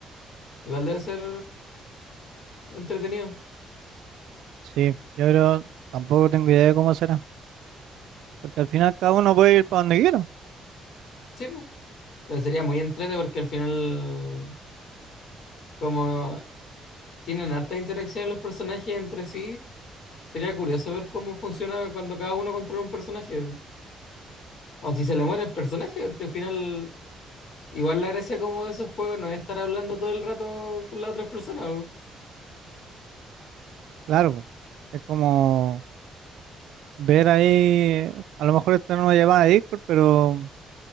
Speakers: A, on the left (about 65°); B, on the right (about 80°).
A: Igual debe ser entretenido.
B: Sí, yo creo, tampoco tengo idea de cómo será, porque al final cada uno puede ir para donde quiera.
A: Sí, po. Pero Sería muy entretenido porque al final, como tienen harta interacción los personajes entre sí, sería curioso ver cómo funciona cuando cada uno controla un personaje. O si se le muere el personaje, porque al final, igual la gracia como de esos juegos no es estar hablando todo el rato con las otras personas. po.
B: Claro, po. es como ver ahí, a lo mejor esta una llamada de Discord, pero